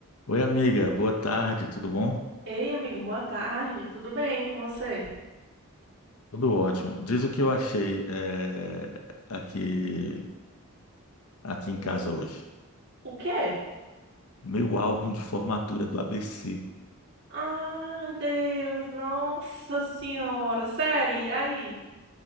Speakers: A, on the left; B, on the right.
A: Oi, amiga, boa tarde, tudo bom?
B: Ei, amigo, boa tarde. Tudo bem com você?
A: Tudo ótimo. Diz o que eu achei eh, aqui, aqui em casa hoje.
B: O quê?
A: Meu álbum de formatura do ABC.
B: Ai, Deus, nossa senhora, sério, e aí?